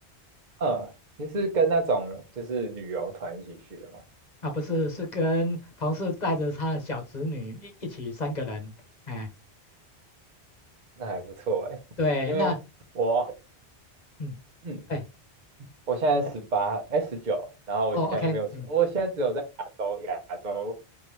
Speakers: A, on the right; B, on the left.
A: 嗯，你是跟那种就是旅游团一起去的吗？
B: 啊，不是，是跟同事带着他的小侄女一一起三个人，哎，
A: 那还不错哎，
B: 对，
A: 因为我，
B: 那嗯，
A: 嗯，
B: 哎，
A: 我现在十八，哎，十九，然后我现在没有出，
B: 哦，OK，嗯，
A: 我现在只有在亚洲，亚洲